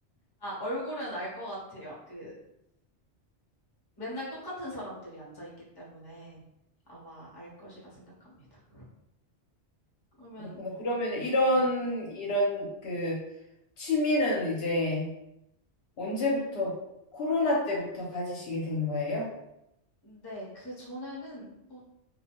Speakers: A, on the left; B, on the left.
A: 아, 얼굴은 알 것 같아요. 그 맨날 똑같은 사람들이 앉아있기 때문에 아마 알 것이라 생각합니다. 그러면
B: 그렇구나. 그러면 이런
A: 네.
B: 이런 그 취미는 이제 언제부터 코로나 때부터 가지시게 된 거예요?
A: 네, 그 전에는 뭐